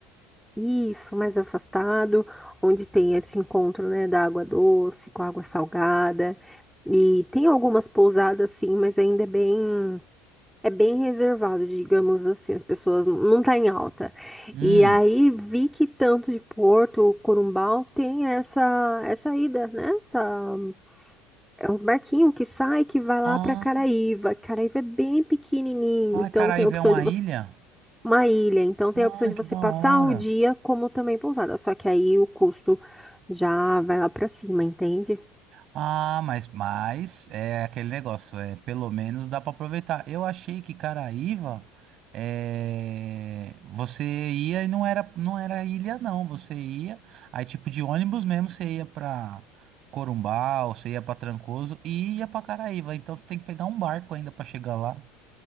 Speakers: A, in the centre; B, on the right (about 55°).
A: isso, mais afastado, onde tem esse encontro, né, da água doce com a água salgada. E tem algumas pousadas, sim, mas ainda é bem é bem reservado, digamos assim, as pessoas não tá em alta.
B: Hum.
A: E aí vi que tanto de Porto, Corumbau tem essa essa ida, né? Essa, é uns barquinhos que sai que vai lá
B: Ah,
A: para Caraíva. Caraíva é bem pequenininho,
B: ah,
A: então
B: Caraíva
A: tem a opção
B: é uma
A: de você
B: ilha?
A: uma ilha, então
B: Ah,
A: tem a opção de
B: que
A: você
B: da
A: passar
B: hora.
A: o dia como também pousada, só que aí o custo já vai lá para cima, entende?
B: Ah, mas, mas é aquele negócio, é, pelo menos dá pra aproveitar. Eu achei que Caraíva, é, você ia e não era, não era ilha não, você ia, aí tipo de ônibus mesmo, você ia pra Corumbau, você ia pra Trancoso e ia pra Caraíva, então você tem que pegar um barco ainda pra chegar lá.